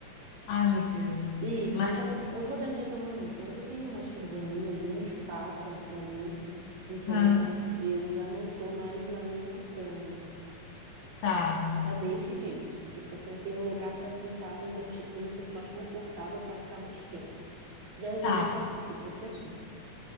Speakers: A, on the left; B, on the right.
A: Ai, meu Deus.
B: Isso,
A: Mas,
B: mas ama- eu vou dar jeito amanhã. Mas eu tenho uma escrivaninha ali, um espaço ali pra mim. Então
A: hã,
B: eu já não tô mais na minha cama.
A: tá,
B: Já dei esse jeito. Tipo assim, eu tenho um lugar pra sentar, então eu me sinto mais confortável pra ficar mais tempo. Já resolvi
A: tá,
B: essa- esse esse assunto.